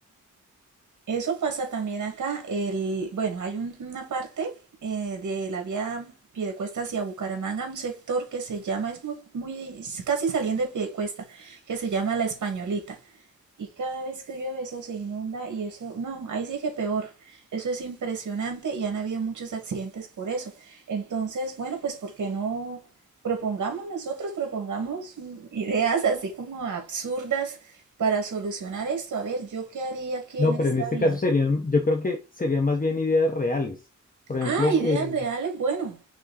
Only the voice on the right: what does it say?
Eso pasa también acá. El, bueno, hay un- una parte eh, de la vía Piedecuesta hacia Bucaramanga, un sector que se llama, es muy, muy- es casi saliendo de Piedecuesta, que se llama La Españolita. Y cada vez que llueve eso se inunda y eso, no, ahí sí que peor. Eso es impresionante y han habido muchos accidentes por eso. Entonces, bueno, pues ¿por qué no? Propongamos nosotros, propongamos mm, ideas así como absurdas para solucionar esto. A ver, ¿yo qué haría aquí
en esta
vía?
Ah, ideas
reales, bueno,